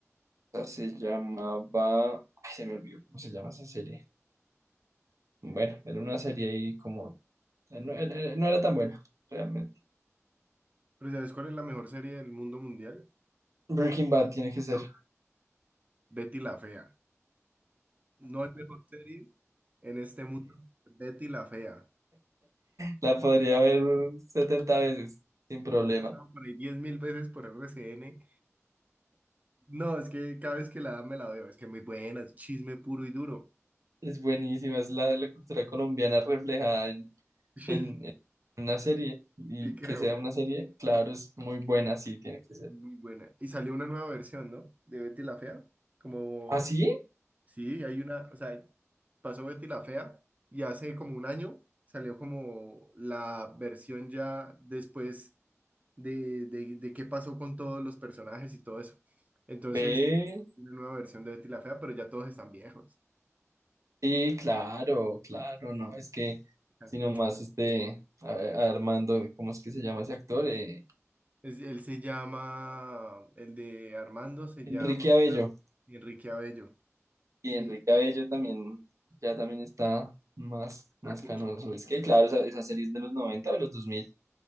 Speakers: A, on the right; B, on the right.
A: Esa se llamaba, ay, se me olvidó cómo se llama esa serie. Bueno, era una serie y como, eh, no, era eh, no era tan buena, realmente.
B: Pero ¿sabes cuál es la mejor serie del mundo mundial?
A: Breaking Bad tiene que ser.
B: ¿No? Betty la Fea. No hay mejor serie en este mundo que Betty la Fea.
A: La podría ver 70
B: <laughs>
A: veces sin problema.
B: La han pasado por ahí diez mil veces por RCN No, es que cada vez que la dan me la veo, es que es muy buena, es chisme puro y duro. <laughs>
A: Es buenísima, es la de la cultura colombiana reflejada en,
B: Sí,
A: en- en una serie. Y
B: sí creo,
A: que sea una serie, claro, es muy buena, sí, tiene que ser.
B: muy buena. Y salió una nueva versión, ¿no? De Betty la Fea. Como,
A: ¿Ah, sí?
B: sí, hay una, o sea, pasó Betty la Fea y hace como un año salió como la versión ya después de, de, de qué pasó con todos los personajes y todo eso. Entonces,
A: Ve,
B: una nueva versión de Betty la Fea, pero ya todos están viejos,
A: sí, claro, claro, no, es que,
B: están
A: si
B: cuchos.
A: nomás este, a- a Armando, ¿cómo es que se llama ese actor? Eh,
B: Es- él se llama, el de Armando se
A: Enrique
B: llama
A: Abello.
B: Enrique Abello.
A: Y
B: Sí,
A: Enrique Abello también, ya también está más, más
B: Cacucho.
A: canoso. Es que, claro, esa, esa serie es de los 90 o de los 2000